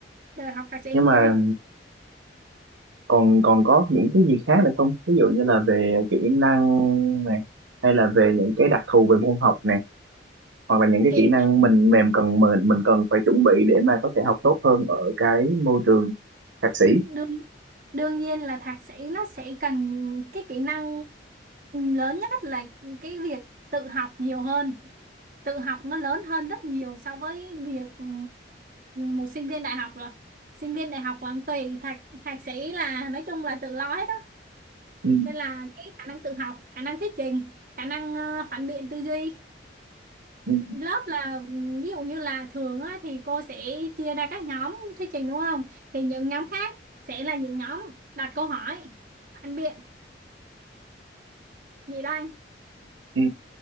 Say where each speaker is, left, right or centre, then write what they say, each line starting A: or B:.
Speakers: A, on the right; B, on the right.
A: đời học thạc sĩ
B: nhưng
A: cũng
B: mà
A: vui
B: còn còn có những cái gì khác nữa không ví dụ như là về kỹ năng này hay là về những cái đặc thù về môn học này hoặc là những cái
A: kỹ
B: kỹ năng mình mềm cần mình mình cần phải chuẩn bị để mà có thể học tốt hơn ở cái môi trường thạc sĩ
A: đương đương nhiên là thạc sĩ nó sẽ cần cái kỹ năng lớn nhất là cái việc tự học nhiều hơn tự học nó lớn hơn rất nhiều so với việc ừ, một sinh viên đại học rồi sinh viên đại học còn tùy thạc thạc sĩ là nói chung là tự lo hết
B: ừ.
A: nên là cái khả năng tự học khả năng thuyết trình khả năng ờ, phản biện tư duy
B: Ừ.
A: lớp là ừm, ví dụ như là thường á, thì cô sẽ chia ra các nhóm thuyết trình đúng không thì những nhóm khác sẽ là những nhóm đặt câu hỏi phản biện gì đó anh
B: Ừ.